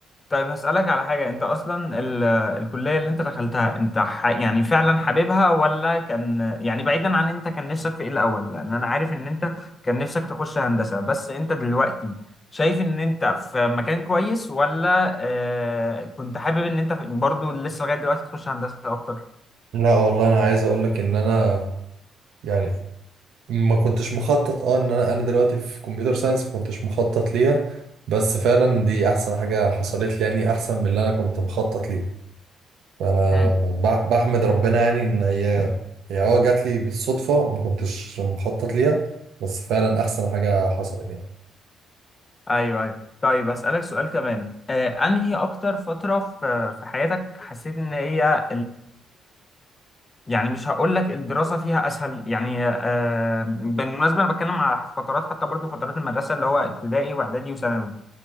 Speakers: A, on the left; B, on the right.
A: طيب هسألك على حاجة انت اصلا ال... آه، الكلية اللي انت دخلتها انت ح... يعني فعلا حاببها ولا كان يعني بعيدا عن انت كان نفسك في ايه الاول لان انا عارف ان انت كان نفسك تخش هندسة بس انت دلوقتي شايف ان انت في مكان كويس ولا آه... كنت حابب ان انت في- برضو لسه لغاية دلوقتي تخش هندسة اكتر
B: لا والله أنا عايز أقول لك إن أنا يعني ما كنتش مخطط أه إن أنا أنا دلوقتي في كمبيوتر ساينس ما كنتش مخطط ليها بس فعلا دي أحسن حاجة حصلت لي يعني أحسن من اللي أنا كنت مخطط ليه فأنا
A: امم
B: ب- بحمد ربنا يعني إن هي هي أه جات لي بالصدفة ما كنتش مخطط ليها بس فعلا أحسن حاجة حصلت
A: ايوه ايوه طيب اسألك سؤال كمان آه... انهي اكتر فترة في في حياتك حسيت ان هي يعني مش هقول لك الدراسة فيها أسهل يعني آه بالمناسبة أنا بتكلم على فترات حتى برضو فترات المدرسة اللي هو ابتدائي وإعدادي وثانوي